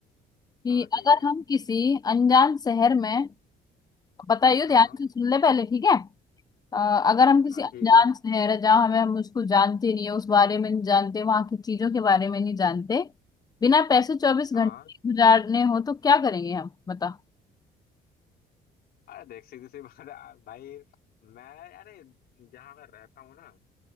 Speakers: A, on the left; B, on the left.
A: कि
B: हाँ ठीक
A: अगर
B: है
A: हम किसी अनजान शहर में बताइयो ध्यान
B: हाँ
A: से सुन ले पहले ठीक है अ, अगर हम किसी
B: हाँ
A: अनजान
B: ठीक है
A: शहर है जहाँ हमें हम उसको जानते नहीं है उस बारे में नहीं जानते वहां की चीजों के बारे में नहीं जानते बिना पैसे चौबीस
B: हाँ
A: घंटे गुजारने हो तो क्या करेंगे हम बता
B: अरे देख सीधी सी बात है, आ, भाई मैं अरे जहाँ मैं रहता हूँ ना